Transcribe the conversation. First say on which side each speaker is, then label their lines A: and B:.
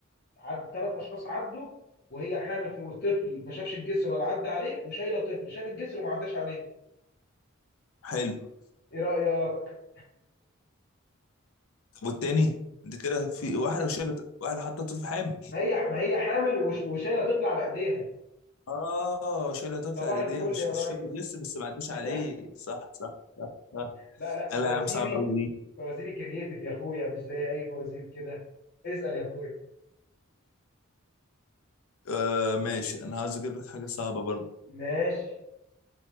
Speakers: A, on the left (about 50°); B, on the left (about 80°).
A: عد ثلاث اشخاص عدوا وهي حامل في والطفل ما شافش الجسر ولا عدى عليه وشايله طفل شاف الجسر وما عداش عليه
B: حلو
A: ايه رايك
B: طب والتاني انت كده في واحده شايله واحده حاطه طفل حامل
A: <laughs> ما هي ما هي حامل وش- وشايله طفل على ايديها
B: اه شايله طفل
A: صباح
B: على
A: الفل
B: ايديها ش-
A: يا
B: شكله
A: ريس
B: لسه بس ما عدوش
A: <laughs>
B: عليه صح صح صح صح
A: لا لا
B: لا
A: فوازيري
B: لا يا عم صعب قوي دي
A: فوازيري كرييتيف يا اخويا مش زي اي فوازير كده اسال يا اخويا
B: آه ماشي انا عاوز اجيب لك حاجه صعبه برضه
A: ماشي